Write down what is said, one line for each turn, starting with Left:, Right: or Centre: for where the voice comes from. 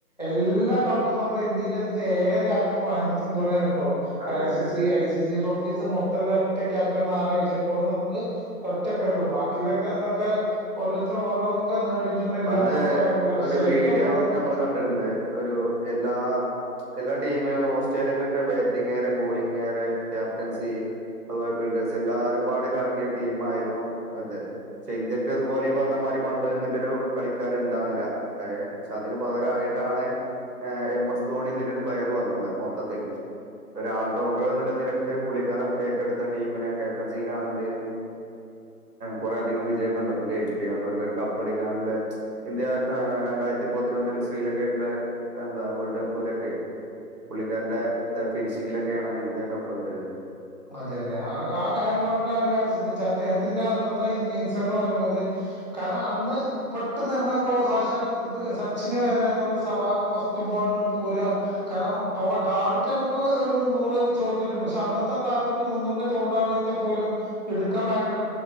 Left: എല്ലാ കപ്പും നമ്മുടെ ഇന്ത്യക്ക് എത്തിചേ ഏക ക്യാപ്റ്റൻ മഹേന്ദ്ര സിംഗ് ധോണിയാണ് ഇപ്പോഴും കാരണം
Right: അതെ
Left: ഐ
Right: അതെ
Left: സി
Right: അതെ
Left: സി ഐ സി സി ട്രോഫീസ് മൊത്തൊല്ല- ഒറ്റ ക്യാപ്റ്റൻ എന്നാരാ ചോയിച്ചപ്പോള് ഇപ്പളും നമുക്ക് ഒറ്റ പേരുള്ളൂ ബാക്കിയുള്ളോരൊക്കെ അതൊക്കെ ഓരോരുത്തര് ഓരോന്നൊക്കെ- നേടിയിട്ടുണ്ട് ഇല്ലാന്ന്
Right: പണ്ട്
Left: നമ്മൾ പറയുന്നില്ല പക്ഷെ
Right: ഒരു വീഡിയോ
Left: ഏറ്റവും കൂടുതൽ
Right: ഞമ്മള് കണ്ടിട്ടുണ്ട് ഒരു എല്ലാ- എല്ലാ ടീമിലു ഓസ്ട്രേലിയക്കൊക്കെ ബാറ്റിംഗ്കാര് ബോളിംഗ്കാര് ക്യാപ്റ്റൻസി- അതുപോലെ ഫീൽഡേഴ്സ് എല്ലാരും പാടി <unintelligible> ൽ ഇറങ്ങിയ ടീം ആയിരുന്നു അത് പക്ഷെ ഇന്ത്യക്ക് ഇതുപോലെ പറഞ്ഞ മാതിരി പണ്ട് ഇങ്ങനത്തൊരു- കളിക്കാര് ഇണ്ടാവില്ല ഏ പക്ഷെ അതിന് പകരായിട്ടാണ്- എം എസ് ധോണി എന്ന് ഒരു പ്ലെയർ വന്നത് മൊത്തത്തിൽ ഒരു ആൾറൗണ്ടർ നിലനിലക്ക് പുള്ളിക്കാൻ ഏറ്റെടുത്ത ടീമിനെ ക്യാപ്റ്റൻസിയിലാുന്ന ടീം- കൊറേ അധികം വിജയം കണ്ടെത്തുകയും പിന്നെ അതുപോലെ തന്നെ കപ്പടിക്കാനെ- ഇന്ത്യ രണ്ടായിരത്തിപതിനൊന്നില് ശ്രീലങ്കെ എന്താ വേൾഡ് കപ്പിലൊക്കെ- പുള്ളിക്കാരന്റെ ഫിനിഷിങ്ങിലൊക്കെയാണ് ഇന്ത്യ കപ്പ് എടുത്തത്
Left: അതെ അതെ ആഹ് ആ കാര്യം പറഞ്ഞപ്പഴാ ഒരു കാര്യം ശ്രദ്ധിച്ചു അദ്ദേഹത്തിന്റെ അന്നത്തെ ഇന്നിങ്സ് എന്ന് പറയുന്നത്- കാരണം അന്ന് പെട്ടെന്ന് നമ്മളെ ഇപ്പോ സാക്ഷാൽ സച്ചിന് വരെ അതേപോലെ സേവാങ് ഫസ്റ്റ്- ബോളിൽല് പൂര കാരണം ടാർഗറ്റ് നമുക്ക് ഒരു മുന്നൂറ് ഷോട്ട് ഉണ്ട് പക്ഷെ അന്നത്തെ- ടാർഗെറ്റ് മുന്നൂറിന്റെ ചോടാണ് ഇ പോലും എടുക്കാൻ ഭയങ്കര